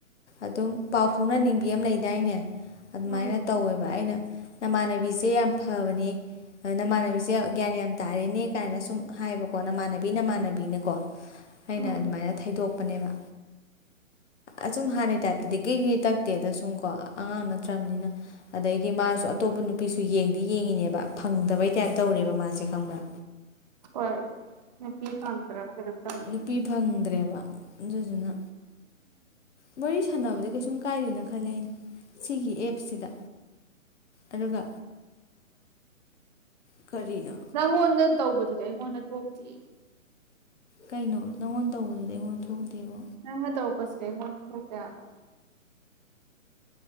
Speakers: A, on the left (about 60°); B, on the right (about 30°).
A: ꯑꯗꯨꯝ ꯄꯥꯎ ꯐꯥꯎꯅꯅꯤꯡꯕ ꯕꯤ ꯑꯃ ꯂꯩꯗꯥꯏꯅꯦ ꯑꯗꯨꯃꯥꯏꯅ
B: ꯎꯝ
A: ꯇꯧꯋꯦꯕ ꯑꯩꯅ ꯅꯃꯥꯟꯅꯕꯤꯁꯦ ꯌꯥꯝ ꯐꯕꯅꯦ ꯅꯃꯥꯟꯅꯕꯤꯁꯦ ꯒ꯭ꯌꯥꯟ ꯌꯥꯝ ꯇꯥꯔꯦꯅꯦ ꯀꯥꯏꯅ ꯁꯨꯝ ꯍꯥꯏꯕꯀꯣ ꯅꯃꯥꯟꯅꯕꯤ ꯅꯃꯥꯟꯅꯕꯤ ꯄꯕꯤꯅꯦꯀꯣ ꯑꯩꯅ
B: ꯎꯝ
A: ꯑꯗꯨꯃꯥꯏꯅ ꯊꯩꯗꯣꯛ ꯇꯛꯄꯅꯦꯕ ꯑꯁꯨꯝ ꯍꯥꯟꯅꯒꯤ ꯇꯥꯏꯞꯇꯗꯤ ꯀ꯭ꯔꯤꯒꯤ꯭ꯔꯤ ꯇꯛꯇꯦꯗ ꯁꯨꯝ ꯀꯣ ꯑꯉꯥꯡ ꯅꯠꯇ꯭ꯔꯕꯅꯤꯅ ꯑꯗꯩꯗꯤ ꯃꯥꯁꯨ ꯑꯇꯣꯞꯄ ꯅꯨꯄꯤꯁꯨ ꯌꯦꯡꯗꯤ ꯌꯦꯡꯉꯤꯅꯦꯕ ꯐꯪꯗꯕꯩ ꯇꯥꯏꯞ ꯇꯧꯔꯦꯕ ꯃꯥꯁꯦ ꯈꯪꯕ꯭ꯔꯥ
B: ꯍꯣꯏ ꯅꯨꯄꯤ ꯐꯪꯗ꯭ꯔꯕ ꯀꯩꯅꯣꯝ ꯇꯧꯅꯤ
A: ꯅꯨꯄꯤ ꯐꯪꯗ꯭ꯔꯦꯕ ꯑꯗꯨꯗꯨꯅ ꯎ ꯋꯥꯔꯤ ꯁꯥꯟꯅꯕꯗꯤ ꯀꯩꯁꯨꯝ ꯀꯥꯏꯗꯦꯅ ꯈꯜꯂꯦ ꯑꯩꯅ ꯁꯤꯒꯤ ꯑꯦꯞꯁꯤꯗ ꯑꯗꯨꯒ ꯀꯔꯤꯅꯣ
B: ꯅꯪ ꯑꯣꯗ ꯇꯧꯕꯗꯨꯗꯤ ꯑꯩꯉꯣꯟꯗ ꯊꯣꯛ ꯇ
A: ꯀꯩꯅꯣ ꯅꯪꯉꯣꯟ ꯇꯧꯕꯗꯨꯗꯤ ꯑꯩꯉꯣꯟꯗ ꯊꯣꯛꯇꯦꯕ
B: ꯅꯪꯉ ꯇꯧ ꯀꯁ ꯂꯩꯦ ꯃ ꯈ ꯇ ꯑꯕ